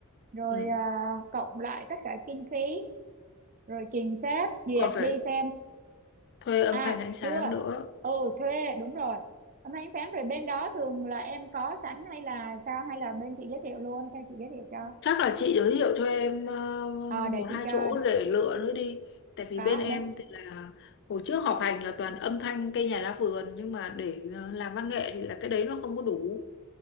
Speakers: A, on the right; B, on the left.
A: rồi
B: ừ.
A: à, cộng lại tất cả kinh phí rồi trình sếp duyệt
B: Còn phải
A: đi xem
B: thuê âm
A: à
B: thanh ánh sáng
A: chưa
B: nữa.
A: ừ thuê đúng rồi hôm ánh sáng rồi bên đó thường là em có sẵn hay là sao hay là bên chị giới thiệu luôn cho chị giới thiệu cho
B: Chắc là chị giới thiệu cho em ờ,
A: ờ để
B: một
A: chị
B: hai
A: cho
B: chỗ để lựa nữa đi. Tại vì
A: có
B: bên em
A: bên
B: thì là hồi trước họp hành là toàn âm thanh cây nhà lá vườn nhưng mà để ờ, làm văn nghệ thì là cái đấy nó không có đủ.